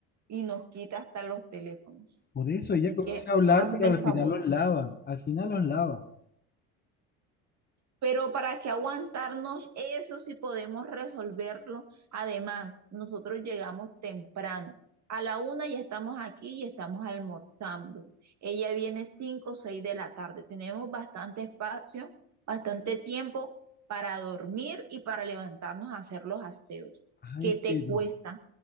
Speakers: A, on the right; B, on the left.
A: y nos quita hasta los teléfonos.
B: Por eso
A: Así
B: ella comienza
A: que
B: a hablar,
A: hazme
B: pero
A: el
B: al
A: favor.
B: final los lava, al final los lava.
A: Pero para que aguantarnos eso si podemos resolverlo. Además, nosotros llegamos temprano. A la una ya estamos aquí y estamos almorzando. Ella viene cinco o seis de la tarde. Tenemos bastante espacio, bastante tiempo para dormir y para levantarnos a hacer los aseos.
B: Ay,
A: ¿Qué te
B: pero,
A: cuesta?